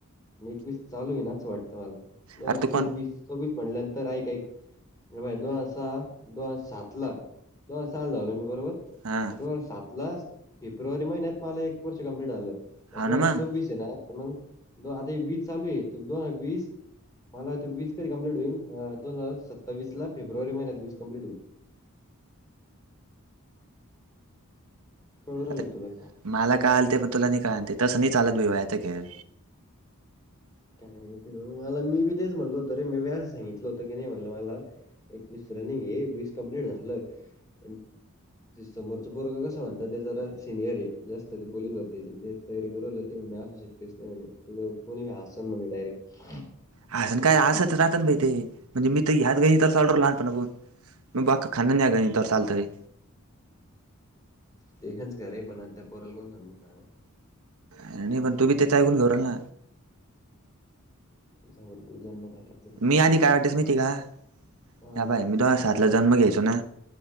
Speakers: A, on the left; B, on the right.
A: आणि एकवीस चालू आहे ना असं वाटतं मला दोन
B: अरे
A: हजार
B: तू
A: सव्वीस
B: कोण
A: सव्वीस म्हटल्यानंतर ऐक ऐक हे पाय दोन हजार सहा दोन हजार सातला सहाला झालो मी बरोबर
B: हां
A: दोन हजार सातला फेब्रुवारी महिन्यात मला एक वर्ष कंप्लीट झालं. दोन
B: हाव ना
A: हजार
B: मग
A: सव्वीस ये ना तर मगं आता हे वीस चालूये तर दोन हजार वीस मला आता वीस कधी कंप्लीट होईन दोन हजार सत्तावीसला फेब्रुवारी महिन्यात वीस कंप्लीट होईल. कळू राहिलं
B: आता
A: का तुला?
B: मला कळालते पण तुला नाही कळालते तसं नाही चालत विव्याचे खेळ
A: काय नाही ते मला मी बी तेच म्हणल होतं रे मी व्यास सांगितलं होतं की नाही म्हटलं मला एकवीस रनिंग ये वीस कंप्लीट झालं पण ते समोरच पोरग कस म्हणतात ते जरा सिनियर आहे जास्त ते पोलीस भरतीचे ते तयारी करू राहिला ते म्हणे असू शक्यस नाही म्हणे तु कोणी हसल म्हणे डायरेक्ट
B: हसत काय असंच राहत ना भाई ते म्हणजे मी तर ह्यात घाईत तरच ऑडर लहानपणापासून म बाक खान न्या गणिता चालतरे.
A: तेगंज खरंय पण आ त्यां पोरांल कोण समजून सांगणार.
B: काय नाही पण तु बी तेच ऐकून <unintelligible>
A: <unintelligible> जन्म तारीख
B: मी आधी काय वाटतेस महिते का?
A: हां.
B: या पाह्य मी तो दोन हजार सातला जन्म घ्यायचो ना,